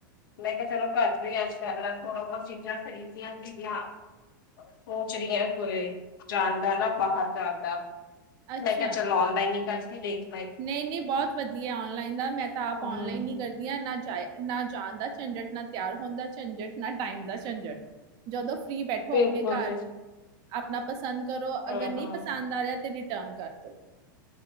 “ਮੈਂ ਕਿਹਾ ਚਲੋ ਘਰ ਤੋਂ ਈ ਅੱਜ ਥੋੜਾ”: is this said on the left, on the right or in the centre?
Left